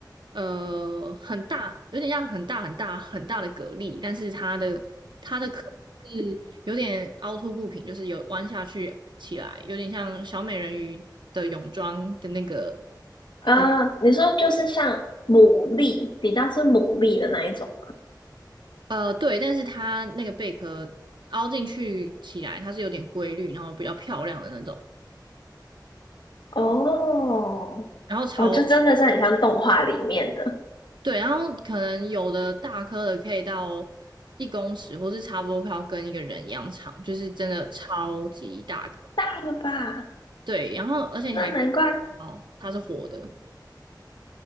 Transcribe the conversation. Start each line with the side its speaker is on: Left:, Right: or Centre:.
Right: 呃，很大，有点像很大很大很大的蛤蜊，但是它的它的壳是有点凹凸不平，就是有弯下去起来，有点像小美人鱼的泳装的那个。
Left: 啊，
Right: 的。
Left: 你说就是像牡蛎，比较是牡蛎的那一种
Right: 呃，对，但是它那个贝壳凹进去起来，它是有点规律，然后比较漂亮的那种，
Left: 哦，
Right: 然后超，
Left: 哦，就真的是很像动画里面的，
Right: 对，然后可能有的大颗的可以到一公尺，或是差不多快要跟一个人一样长，就是真的超级大颗。
Left: 大了吧？
Right: 对，然后而且你还
Left: 那难怪，
Right: 哦，它是活的，